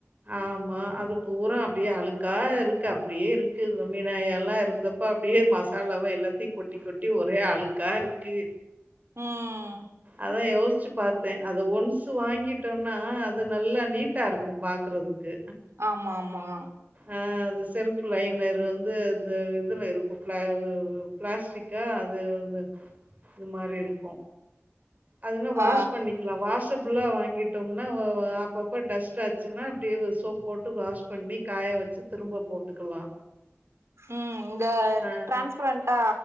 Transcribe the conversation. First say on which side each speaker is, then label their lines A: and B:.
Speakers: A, on the right; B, on the right.
A: ஆமா அது பூரா அப்டியே அழுக்கா இருக்கு அப்டியே இருக்கு இந்த மீனாயெல்லா இருந்த இப்ப அப்டியே மசாலாவா எல்லாத்தயு கொட்டி கொட்டி ஒரே அழுக்கா இருக்கு
B: ம்
A: அதா யோஸ்ச்சு பாத்தே அத ஒன்சு வாங்கிட்டோன்னா அது நல்லா நீட்டா இருக்கு பாக்குறதுக்கு
B: ஆமா ஆமா
A: ஆ அது செல்ப் லைனர்ரு வந்து அந்த இதுல இருக்கும்ல பிளாஸ்டிக்கா அது வந்து இது மாரி இருக்கு அதுனா வாஷ்
B: ஆ
A: பண்ணிக்கிலா வாஷபிளா வாங்கிட்டோம்னா அப்பப்ப டஸ்ட் ஆச்சுன்னா அப்டியே சோப் போட்டு வாஷ் பண்ணி காய வச்சு திரும்ப போட்டுக்கலா
B: ம் இந்த
A: ஆ
B: டிரான்ஸ்பரண்ட்டா